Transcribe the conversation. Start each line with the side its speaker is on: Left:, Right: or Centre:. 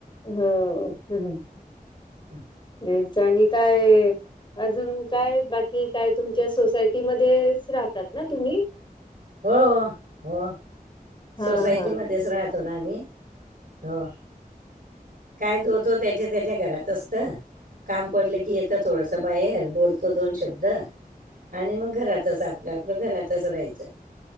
Left: हो केलंय.
Right: होय.
Left: याच आणि काय. अजून काय बाकी काय तुमच्या सोसायटीमध्येच राहतात ना तुम्ही.
Right: हो हो.
Left: हा
Right: सोसायटीमध्येच
Left: हा.
Right: राहतो ना आम्ही हो. काय तो तो त्याच्या त्याच्या घरात असत. काम पडलं की येतं थोडंसं बाहेर बोल''--'' तो दोन शब्द आणि मग घरातच आपलं आपलं घरातच राहायचं.